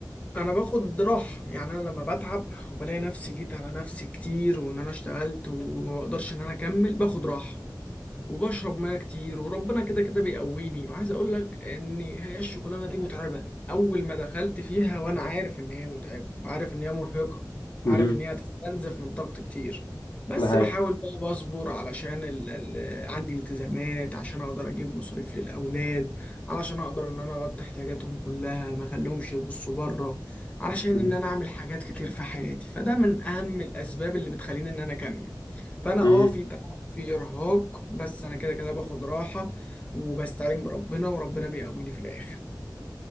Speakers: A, on the left; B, on the left.
A: انا باخد راحه يعني انا لما بتعب وبلاقي نفسي جيت على نفسي كتير وان انا اشتغلت وما بقدرش ان انا اكمل باخد راحه وبشرب ميه كتير وربنا كده كده بيقويني وعايز اقول لك ان هي الشغلانه دي متعبه اول ما دخلت فيها وانا عارف ان هي متعبه وعارف ان هي مرهقه
B: مهم.
A: وعارف ان هي هتستنزف من طاقتي كتير بس
B: ده حقيقي
A: بحاول بقى بصبر علشان ال... ال... عندي التزامات عشان اقدر اجيب مصاريف للاولاد علشان اقدر ان انا اغطي احتياجاتهم كلها ما اخليهمش يبصوا بره علشان
B: مهم.
A: ان انا اعمل حاجات كتير في حياتي فده من اهم الاسباب اللي بتخليني ان انا اكمل فانا
B: مهم.
A: اه في في إرهاق بس أنا كده كده باخد راحة وبستعين بربنا وربنا بيقويني في الآخر